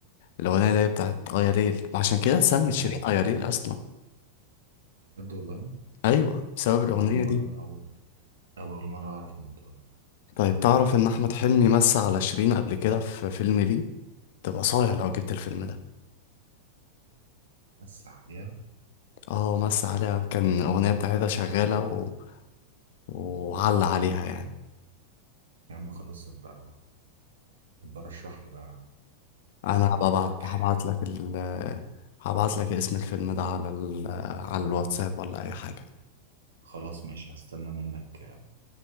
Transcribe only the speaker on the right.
مم.
بجد والله
انا اول مره
اول اول مره اعرف الموضوع ده
بس عليها
يا عم خلاص ابقى ابقى رشح لي بقى
المره
الجايه
يعني
خلاص ماشي هستنى منك